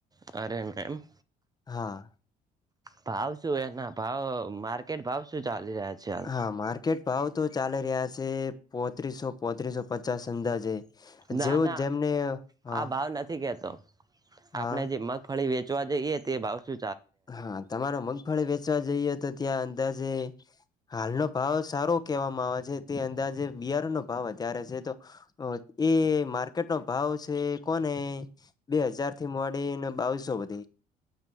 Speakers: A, on the right; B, on the left.
A: અરેન એમ.
B: હા.
A: ભાવ શું એના ભાવ માર્કેટ ભાવ શું ચાલી રહ્યા છે. હાલ
B: હા મા ક્રિકેટ ભાવ તો ચાલી રહ્યા સે પોત્રીસો પોત્રીસો પચાસ અંદાજે.
A: ના
B: જેવું
A: ના
B: જેમને હા
A: આ ભાવ નથી કેતો આપણેે
B: હા
A: જે મગફળી વેચ ચવા જઈએ તે ભાવ શુ
B: હા તમારો મગ ફળ વેચવા જઈએ તો ત્યાં અંદાજે હાલનો... ભાવ સારો કહેવામાં આવે છે. તે અંદાજે બિયારણ નો ભાવ વધારે છે તો એ માર્કેટ નો ભાવ છે કોને બે હજારથી મો એન બાવીસો વધી.